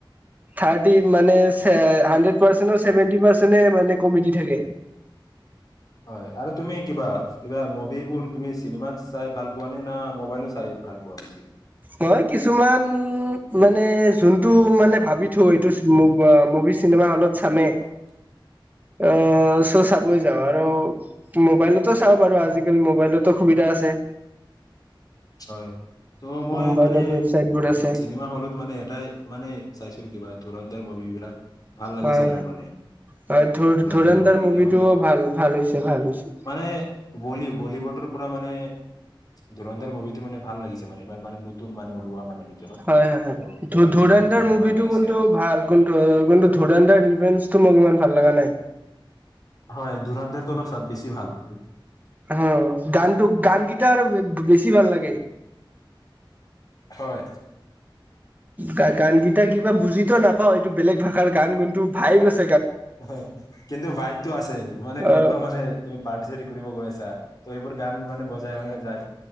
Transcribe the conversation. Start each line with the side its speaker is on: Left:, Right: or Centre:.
Right: থাৰ্টি মানে হানড্ৰেদ পাৰ্চেন্টৰ ছেভেনটি পাৰ্চেন্তে মানে কমেদি থাকে।
Left: হয় আৰু তুমি কিবা এইবা মুভিবোৰ তুমি চিনেমাত চাই ভাল পোৱা নে না মোবাইলত চাই? ভাল পোৱা বেছি।
Right: মই কিছুমান মানে যোনটো মানে ভাবি থওঁ এইটো মুভি চিনেমা হলত চামে।
Left: <unintelligible>
Right: অ চ চাবই যাওঁ আৰু মোবাইলতো চাব পাৰো আজিকালি মোবাইলতো সুবিধা আছে।
Left: হয়। ত' মই
Right: মোবাইলত
Left: মানে
Right: ৱেবচাইট বোৰ আছে
Left: চিনেমা হলত মানে এটাই মানে চাইছিলো কিবা ধুৰধৰ মুভিবিলাক ভাল লাগিছিল
Right: হয় হয়
Left: আৰু মানে।
Right: হয় ধুৰ
Left: ধুৰণ্ডৰ
Right: ধুৰন্ধৰ
Left: মভি গেইটা
Right: মুভিটোও
Left: মানে
Right: ভাল ভাল হৈছে ভাল হৈছে
Left: মানে বল বলিওডৰ মানে ধুৰন্ধাৰ মুভিটো মান ভাল লাগিছে। মানেবাৰ মানে নতুন মানে ওলোৱা মানে। ভিতৰত
Right: হয় হয় হয়
Left: ত'
Right: ধ ধুৰন্ধৰ
Left: মুভিটো মানে
Right: মুভি
Left: ভাল লাগিছে
Right: টো কিনটো
Left: আৰু
Right: ভাল ধুৰন্ধৰ ৰিভেঞ্জটো মুভি ভাল ভাল লগা নাই।
Left: হয় ধুৰন্ধৰ টো অলপ চ বেছি ভাল।
Right: অ গানটো গান কেইটা আৰু বেছি ভাল লাগে।
Left: হয়।
Right: গ গান কেইটা কিবা বুজিতো নাপাও এইটো বেলেগ ভাষাৰ গান গুণটো ভাই বেছে
Left: হয় কিন্তু বাইকটো আছে মানে ক'তবা
Right: অ
Left: মানে তুমি পাৰ্টি চাৰ্টি কৰিব গৈ আছা ত এইবোৰ গানে বজাই বজাই যায়।